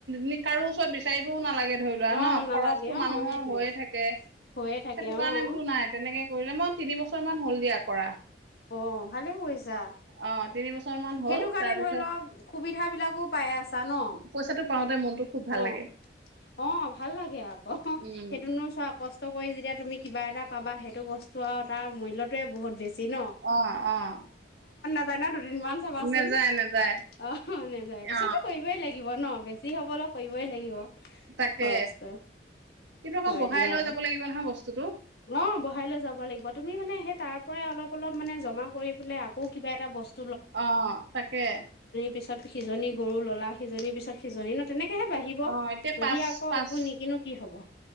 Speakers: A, on the right; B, on the left.
A: নি কাৰো ওচৰত বিচাৰিবও নালাগে। ধৰি লোৱা
B: অ',
A: ন
B: নালাগে
A: খৰচটো
B: অ',
A: মানুহৰ
B: সেইটোৱে
A: হৈয়ে থাকে।
B: হৈয়ে থাকে
A: সেইটো কাৰণে
B: অ',
A: বোলো নাই তেনেকে কৰিলে মই তিনি বছৰ মান হল দিয়া কৰা।
B: অ ভালে কৰিছা
A: অ তিনি বছৰ মান হ'ল
B: সেইটো কাৰণে
A: তাৰপিছত
B: ধৰি ল সুবিধা বিলাকো পাই আছা ন
A: পইচাটো পাওঁতে মনটো খুব ভাল
B: অ
A: লাগে
B: অ ভাল লাগে আকৌ সেইটোনো
A: উম
B: চোৱা কষ্ট কই যেতিয়া তুমি কিবা এটা পাবা সেইটো বস্তু আৰু তাৰ মূল্যটোৱেই বহুত বেছি ন।
A: অ অ
B: য ন দুদিনমান চাবাচোন
A: নেযায় নেযায়
B: অ হ নেযায় পিছতো
A: অ
B: কৰিবই লাগিব ন বেছি হবল কৰিবই লাগিব।
A: তাকে
B: খৰচটো
A: কিন্তু মই
B: হয়
A: বহাই
B: দিয়া
A: লৈ যাব লাগিব নহয় বস্তুটো।
B: অ বহাই লৈ যাব লাগিব তুমি মানে সেই তাৰ পৰাই অলপ অলপ মানে জমা কৰি বোলে আকৌ কিবা এটা বস্
A: অ তাকে
B: পিছত সিজনী গৰু ললা সিজনীৰ পিছত সিজনী ন তেনেকে তেহে বাঢ়িব
A: অ এতিয়া পাঁচ
B: যদি আকৌ
A: পাঁচ
B: একো নিকিনো কি হব